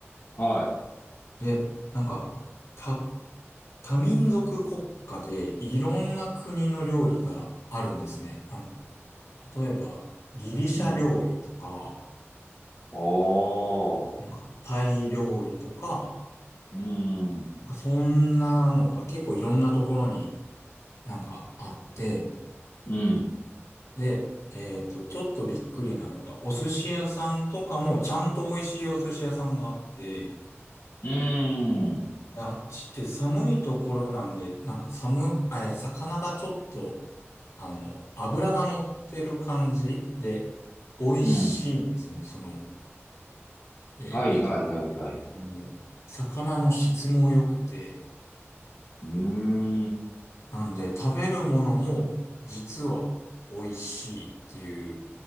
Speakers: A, on the left; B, on the left.
A: はい。
B: で、なんか多、多民族国家でいろんな国の料理があるんですね。なんか例えばギリシャ料理とか、
A: うん。ああ。
B: なんかタイ料理とか、
A: うーん。
B: なんかそんなのが結構いろんなところになんかあって、
A: うん。
B: で、えっと、ちょっとびっくりなのが、お寿司屋さんとかもちゃんと美味しいお寿司屋さんがあって、
A: うーん。
B: いやあっちって寒いところなんで、なんか寒、えー魚がちょっと、あの、脂が乗ってる感じで、美味しいんですね。
A: うん。
B: その、えーなんていう
A: はいはいはいはい。
B: の、あの、魚の質も良くて、
A: うーん。
B: なんで食べるものも実は美味しいっていう